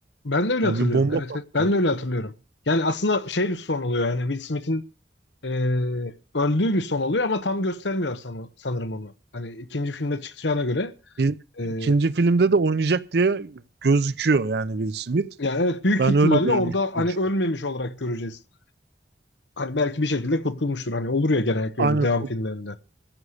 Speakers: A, on the left (about 80°); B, on the right (about 65°).
A: ben de öyle
B: Yani
A: hatırlıyorum.
B: bir bomba
A: Evet,
B: patlıyor.
A: evet. Ben de öyle hatırlıyorum. Yani aslında şey bir son oluyor yani Will Smith'in e, öldüğü bir son oluyor ama tam göstermiyor sana sanırım onu. Hani ikinci filmde çıkacağına göre.
B: Bir,
A: e,
B: ikinci filmde de oynayacak diye gözüküyor yani Will Smith.
A: Yani evet büyük
B: Ben
A: ihtimalle
B: öyle görmüştüm
A: orada hani
B: çünkü.
A: ölmemiş olarak göreceğiz. Hani belki bir şekilde kurtulmuştur. Hani olur ya genellikle
B: Aynen
A: öyle devam filmlerinde.